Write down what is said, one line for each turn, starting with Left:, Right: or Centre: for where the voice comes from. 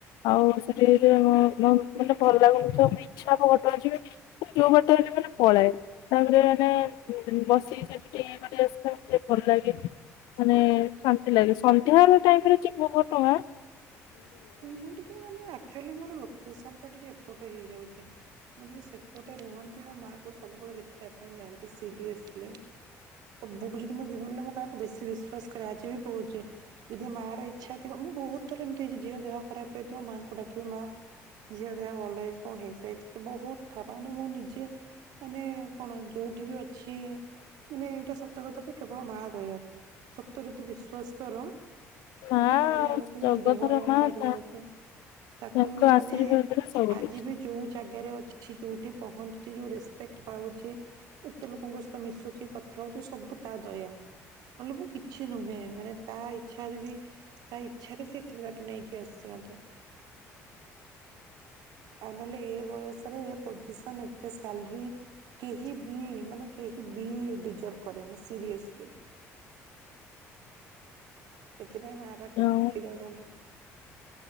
Left: ଆଉ ସେଠି ଯଦି <unintelligible> ଉଁ ମାନେ ଭଲ <unintelligible> ଇଚ୍ଛା ହବ ତ ଯିବି। <unintelligible> ବାଟ ହେଲେ ନହେଲେ ପଳାଏ। ତାପରେ ମାନେ ବସିକି ସେଠିକେ <unintelligible> ଭଲ ଲାଗେ। ମାନେ ଶାନ୍ତି ଲାଗେ। ସଂନ୍ଧ୍ୟା ବେଳ ଟାଇରେ ରେ ଯିବ ମ ଟଙ୍କା
Right: ମୁଁ ଟିକେ ମାନେ ଆକ୍ଚୁଆଲି ମୋର ଲୋକେସନ୍ ଟା ଟିକେ ଏପଟ ହେଇଯାଉଛି। ମୁଁ ଯଦି ସେପଟେ ରୁହନ୍ତି ମୋ ମାଆକୁ ସବୁବେଳେ ଦେଖିବା ପାଇଁ ଯାଆନ୍ତି ସିରିଏସଲି। ସବୁଠୁ ଯଦି ମୋ ଜୀବନରେ ମୁଁ କାହାକୁ ବେଶୀ ବିଶ୍ୱାସ କରେ ଆଜିି ବି କହୁଛି ଯଦି ମାଆ ର ଇଚ୍ଛା ଥିବ ମୁଁ ବହୁତ ଥର ଏମିତି ହେଛି ଝିଅ ଦେହ ଖରାପ ହେଇଥିବ ମାଆଙ୍କୁ ଡାକିବି ମା ଝିଅ ଦେହ ଭଲ ହେଇଯିବ ହେଇଯାଇଛି ବହୁତ ଥର ମାନେ ମୁଁ ନିଜେ ମାନେ କଣ ଯୋଉଠି ବି ଅଛି ମାନେ ଏଇଟା ସତକଥା ଯେ କେବଳ ମା ଦୟା ସତରେ ତୁ ବିଶ୍ୱାସ କର,
Left: ମା
Right: ମାନେ
Left: ଆଉ
Right: କହିଲା ବେଳକୁ ମୋ
Left: ଜଗତର
Right: ଦେହ
Left: ମା
Right: ଥରି
Left: ତା
Right: ଯାଉଛି। ତାକୁ
Left: ତାଙ୍କ
Right: ମାନେ
Left: ଆଶୀର୍ବାଦରେ ସବୁ
Right: ଆଜି
Left: କିଛି
Right: ବି ଯୋଉ ଜାଗାରେ ଅଛି, ଯୋଉଠି ପହଞ୍ଚୁଛି, ଯୋଉ ରେସପେକ୍ଟ ପାଉଛି ଏତେ ଲୋକଙ୍କ ସହିତ ମିଶୁଛି, କଥା ହଉଛି, ସବୁ ତା ଦୟା। ନହେଲେ ମୁଁ କିଛି ଛି ନୁହେଁ ମାନେ ତା ଇଚ୍ଛାରେ ବି ତା ଇଚ୍ଛା ରେ ସେ ଏତିକି ବାଟ ନେଇକି ଆସିଛି ମୋତେ। ଆଉ ନହେଲେ ଏ ବୟସରେ ଏ ପୋଜିସନ, ଏତେ ସାଲରୀ କେହି ବି ମାନେ କେହି ବି ଡିଜାର୍ଭ କରେନି ସିରିଆସଲି। ସେଥିପାଇଁ ମା ପାଖରେ
Left: ଆଉ
Right: ମୁଁ ଚିରଋଣୀ।